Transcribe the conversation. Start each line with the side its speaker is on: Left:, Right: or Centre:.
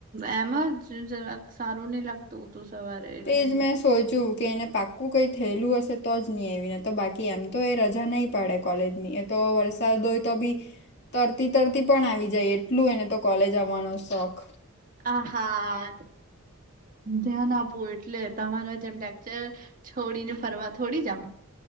Right: એમજ જરાક સારું નહીં લાગતું તું સવારે એટલે
Left: તે જ મેં સોચ્યું કે એને પાક્કું કંઈ થયેલું હશે તો જ નહીં આવી નહીં તો બાકી એમ તો એ રજા નહીં પાડે કોલેજની એક તો વરસાદ હોય તો ભી તરતી તરતી પણ આવી જાય એટલું એને તો કોલેજ આવવાનો શોખ.
Right: આ હા ધ્યાન આપવું એટલે તમારા જેમ લેકચર છોડી ને ફરવા થોડી જાવું.